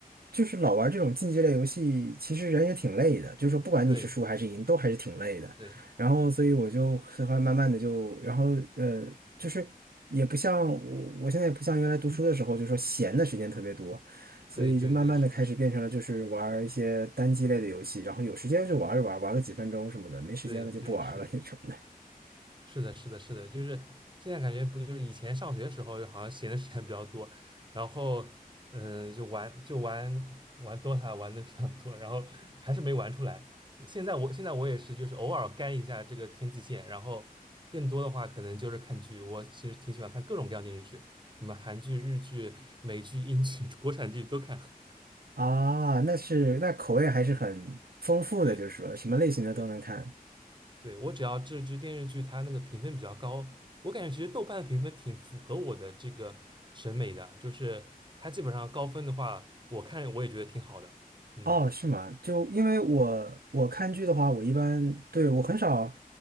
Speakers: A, on the right; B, on the right.
A: 就是老玩这种竞技类游戏，其实人也挺累的，就是说不管你是输还是赢，
B: 对
A: 都还是挺累的。
B: 对，
A: 然后所以我就喜欢慢慢的就，然后呃，就是也不像我我现在也不像原来读书的时候，就是说闲的时间特别多。
B: 嗯，
A: 所以就慢慢的开始变成了就是玩儿一些单机类的游戏，
B: 对对对，是的，是的，
A: 然后有时间就玩一玩，
B: 嗯，
A: 玩个几分钟什么的，没时间了就不玩了那种的。
B: 对对是的。是的，是的，是的，就是现在感觉不就是以前上学时候，好像闲的时间比较多，然后，嗯、呃就玩就玩玩 DOTA 玩的比较多，然后还是没玩出来。现在我现在我也是，就是偶尔干一下这个天际线，然后更多的话可能就是看剧。我其实挺喜欢看各种各样的电视剧，什么韩剧、日剧、美剧、英剧、国产剧都看。
A: 啊，那是，那口味还是很丰富的，
B: 嗯，对。
A: 就是说什么类型的都能看。
B: 对对，我只要这支电视剧它那个评分比较高，我感觉其实豆瓣的评分挺符合我的这个审美的，就是它基本上高分的话，我看我也觉得挺好的。嗯
A: 哦，是吗？就因为我我看剧的话，我一般对我很少，